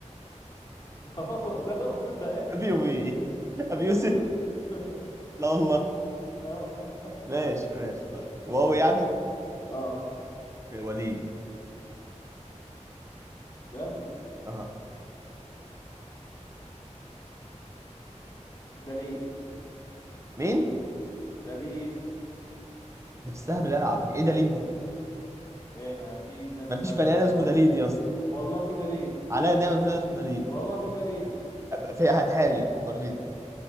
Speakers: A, on the left; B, on the right.
A: <laughs> سهلة بسيطة اهي
B: أبي يومي <laughs> أبي يوسف
A: ابي يوسف <laughs>
B: لا والله
A: اه والله
B: ماشي ماشي طيب واو يعني
A: اه
B: وليد
A: دل
B: أه
A: دليد
B: مين؟
A: دليد
B: ده بتستهبل أنا على فكرة إيه دليد؟
A: ايه ما في ناس
B: مفيش
A: اسمها
B: بني
A: دليد
B: آدم اسمه
A: عاد
B: دليد يا اسطى
A: والله في دليد
B: عليا نعمل فيها اسم دليل
A: والله في دليد
B: في هاتها لي وريني